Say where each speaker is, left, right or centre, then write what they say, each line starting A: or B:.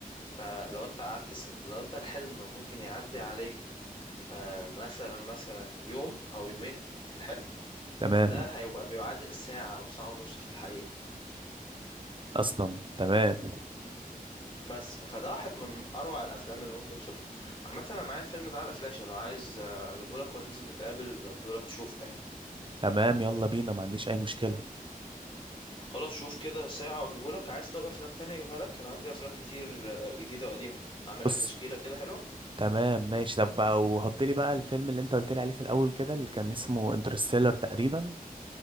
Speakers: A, on the left (about 35°); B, on the right (about 35°).
A: فلو أنت قعدت س... لو أنت الحلم ممكن يعدي عليك آه مثلا مثلا يوم أو يومين في الحلم
B: تمام
A: ده هيبقى بيعادل ساعة أو ساعة ونص في الحقيقة
B: اصلا تمام
A: بس فده واحد من اروع الافلام اللي ممكن تشوفها عامه انا معايا الفيلم ده على فلاشة لو عايز آه، اجيبهولك وننزل نتقابل اديهولك تشوفه يعني
B: تمام يلا بينا ما عنديش اي مشكلة
A: خلاص شوف كده ساعه واجيبهولك عايز طب افلام تانية اجيبها لك انا عندي افلام كتير آه، جديده وقديمه اعمل
B: بص
A: لك تشكيله كده حلوه
B: تمام ماشي طب بقى وحط لي بقى الفيلم اللي انت قلت لي عليه في الاول كده اللي كان اسمه انترستيلر تقريبا